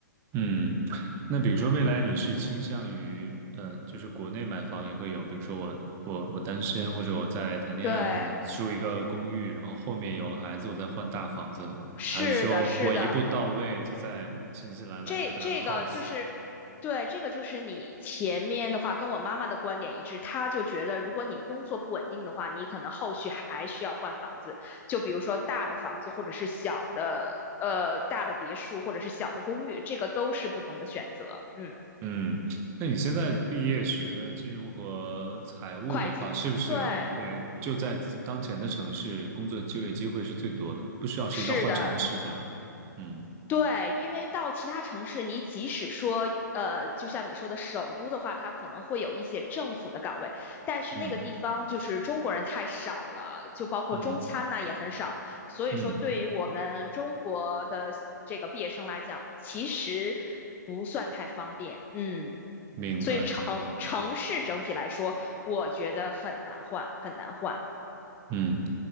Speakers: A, on the right; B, on the left.
A: 嗯，那比如说未来你是倾向于，呃，就是国内买房也会有，比如说我我我单身或者我在谈恋爱，
B: 对，
A: 我可能住一个公寓，然后后面有了孩子，我再换大房子，
B: 是的，
A: 还是说我一步到位就在新西兰来一个大的
B: 是的，这这个就是，
A: house？
B: 对，这个就是你前面的话跟我妈妈的观点一致，她就觉得如果你工作不稳定的话，你可能后续还需要换房子，就比如说大的房子或者是小的，呃，大的别墅或者是小的公寓，这个都是不同的选择。嗯，
A: 嗯，那你现在毕业学的金融和财务的话，
B: 会计，
A: 是不是对就在当前的城市工作就业机会是最多的，
B: 对，
A: 不需要涉及到换城市吧？
B: 是的，
A: 嗯
B: 对，因为到其他城市，你即使说，呃，就像你说的首都的话，它可能会有一些政府的岗位，但是那个地方就是中国人太少了，
A: 嗯
B: 就包括中餐呐、
A: 嗯
B: 也很少，所以说对于我们中国的这个毕业生来讲，
A: 嗯。
B: 其实不算太方便，嗯，
A: 明白，
B: 所以城城市整体来说，我觉得很难换，很难换，
A: 嗯，